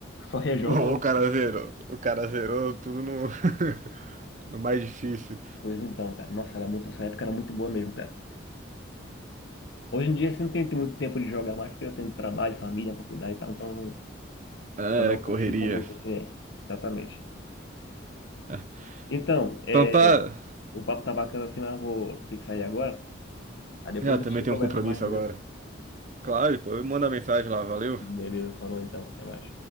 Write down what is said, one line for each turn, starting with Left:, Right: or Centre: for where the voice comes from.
Left: Só ia jogando.
Right: Ô, O cara zerou, o cara zerou tudo no, <laughs> no mais difícil.
Left: Pois então, cara. Nossa, era muito, essa época era muito boa mesmo, cara. Hoje em dia, assim, não tem muito tempo de jogar mais, porque eu tenho trabalho, família pra cuidar e tal. Então,
Right: É,
Left: Não, não,
Right: é, correria.
Left: não ficam muito assim, é. Exatamente.
Right: É.
Left: Então, é,
Right: Então tá.
Left: o papo tá bacana assim, mas eu vou ter que sair agora. Aí depois
Right: É, Eu
Left: a
Right: também
Left: gente
Right: tenho
Left: conversa
Right: um compromisso
Left: mais mesmo.
Right: agora. Claro, pô, manda mensagem lá, valeu.
Left: Beleza, falou então, até mais.